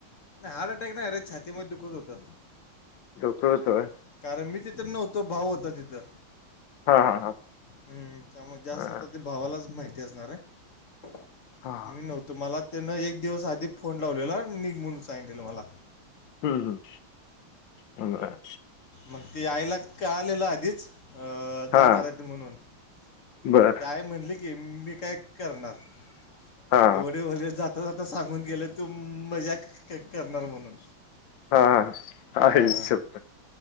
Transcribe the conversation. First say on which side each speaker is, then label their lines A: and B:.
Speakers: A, on the left (about 45°); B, on the left (about 70°).
A: नाय हार्ट अटॅक नाय अरे छातीमध्ये दुखत होतं.
B: दुखतं होतं व्हय..
A: कारण मी तिथं नव्हतो भाव होता तिथं.
B: हा हा हा
A: हम्म त्यामुळे जास्त
B: हा
A: आता ते भावालाच माहिती असणार आहे
B: हा
A: मी नव्हतो मला त्यांन एक दिवस आधी फोन लावलेला निघ म्हणून सांगितलेलं मला.
B: हम्म हम् ब.
A: मग ते आयला का आलेलं आधीच
B: हा
A: जाणार आहेत ते म्हणून.
B: बर
A: मग ते आई म्हणली की मी काय करणार
B: हा
A: मग ते वड वले जात. आ आता सांगून गेलं तू मजा करणार म्हणून.
B: हा
A: आ.
B: आई शप्पथ.